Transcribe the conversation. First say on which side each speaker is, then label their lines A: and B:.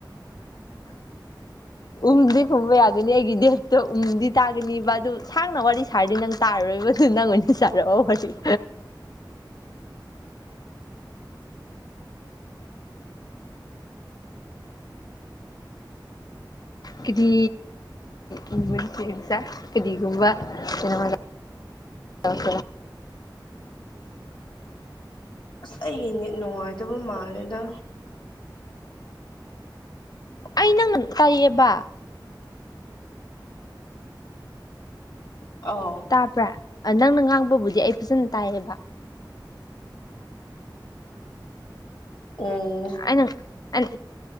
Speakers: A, on the left (about 55°); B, on the left (about 75°).
A: ꯎꯝꯗꯤ ꯈꯨꯝꯕ ꯌꯥꯒꯅꯤ ꯑꯩꯒꯤ ꯗꯦꯠ ꯑꯣ ꯎꯝꯗꯤ ꯇꯥꯒꯅꯤꯕ ꯑꯗꯨ ꯁꯥꯡꯅ ꯋꯥꯔꯤ ꯁꯥꯔꯗꯤ ꯅꯪ ꯇꯥꯔꯔꯣꯏꯕꯗꯨ ꯅꯪ ꯆꯥꯔꯛꯑꯣ ꯍꯧꯖꯤꯛ ꯀꯦꯗꯤ <inaudible> ꯀꯦꯗꯤꯒꯨꯝꯕ ꯀꯩꯅꯣ <inaudible>
B: ꯑꯁ ꯑꯩ ꯅꯦꯠ ꯅꯨꯡꯉꯥꯏꯇꯕ ꯃꯥꯜꯂꯦꯗ
A: ꯑꯩ ꯅꯪꯅ ꯇꯥꯏꯌꯦꯕ
B: ꯑꯣ
A: ꯇꯥꯕ꯭ꯔꯥ ꯑ ꯅꯪꯅ ꯉꯥꯡꯕꯕꯨꯗꯤ ꯑꯩ ꯐꯖꯅ ꯇꯥꯏꯌꯦꯕ
B: ꯎꯝ
A: ꯑꯩꯅ ꯑꯩ